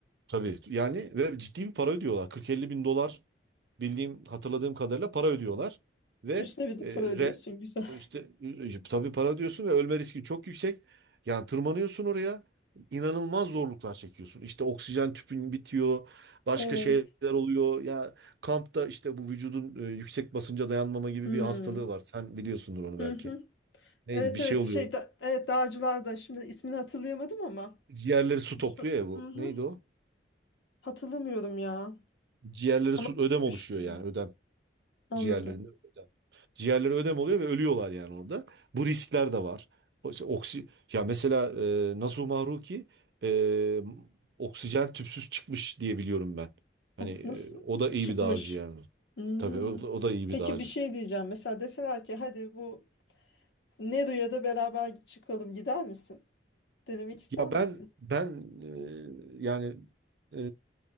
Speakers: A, on the right (about 60°); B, on the left (about 80°).
A: Tabii yani ve ciddi bir para ödüyorlar. 40-50 bin dolar bildiğim hatırladığım kadarıyla para ödüyorlar. Ve
B: Üstüne bir de
A: e,
B: para
A: re,
B: ödüyorsun güzel.
A: işte
B: <laughs>
A: e, tabii para ödüyorsun ve ölme riski çok yüksek. Yani tırmanıyorsun oraya inanılmaz zorluklar çekiyorsun. İşte oksijen tüpün bitiyor, başka
B: Evet.
A: şeyler oluyor. Ya kampta işte bu vücudun e, yüksek basınca dayanmama gibi
B: Hmm.
A: bir hastalığı var. Sen biliyorsundur onu
B: Hı
A: belki.
B: hı.
A: Neydi
B: Evet
A: bir şey
B: evet
A: oluyor.
B: şey da, evet dağcılar da şimdi ismini hatırlayamadım ama
A: Ciğerleri su topluyor
B: şu,
A: ya bu.
B: hı hı.
A: Neydi o?
B: Hatırlamıyorum ya.
A: Ciğerleri
B: Ama
A: su ödem oluşuyor
B: düştüm.
A: yani ödem.
B: Anladım.
A: Ciğerlerinde ödem. Ciğerleri ödem oluyor ve ölüyorlar yani orada. Bu riskler de var. O- işte Oksi, ya mesela e, Nasuh Mahruki e, oksijen tüpsüz çıkmış diye biliyorum ben. Hani
B: O
A: e,
B: Nasıl
A: o da iyi
B: çıkmış?
A: bir dağcı yani.
B: Hmm.
A: Tabii o, o da iyi
B: Peki
A: bir dağcı.
B: bir şey diyeceğim. Mesela deseler ki hadi bu Nero'ya da beraber çıkalım gider misin? Denemek ister
A: Ya
B: misin?
A: ben ben e, yani e,